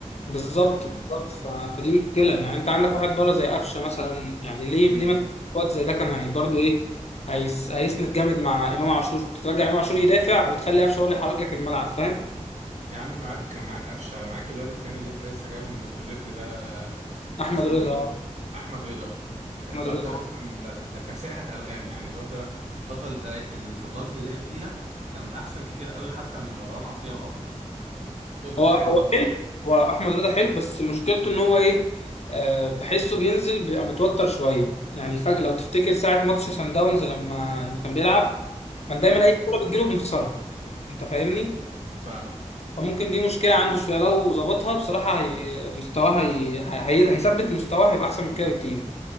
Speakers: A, on the left; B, on the right.
A: بالظبط
B: يعني
A: بالظبط ف... فدي مشكله يعني انت عندك واحد بره زي قفشه مثلا يعني ليه
B: امم
A: ليه ما في وقت زي ده كان هي برضه ايه هيس... هيسند جامد مع امام عاشور ترجع امام عاشور يدافع وتخلي قفشه هو اللي يحرك لك الملعب فاهم
B: يا عم معاك معاك قفشه معاك الواد التاني اللي انت لسه جايبه من بتروجيت ده
A: احمد
B: اسمه
A: رضا
B: ايه احمد رضا الواد
A: احمد رضا
B: ده اساسا ده, ده, ده كساحه الغام يعني الواد ده الفتره الفترات اللي لعب فيها كان احسن كتير قوي حتى من مروان عطيه واكرم كورته
A: هو
B: حلوه
A: هو حلو هو احمد رضا حلو بس مشكلته ان هو ايه أه بحسه بينزل بيبقى متوتر شويه يعني فجاه لو تفتكر ساعه ماتش سان داونز لما لما كان بيلعب كان دايما اي كوره بتجيله بنخسرها انت فاهمني
B: فاهمك
A: فممكن دي مشكلة عنده شوية لو ظبطها بصراحة هي مستواه هي... هي... هيثبت مستواه هيبقى أحسن من كده بكتير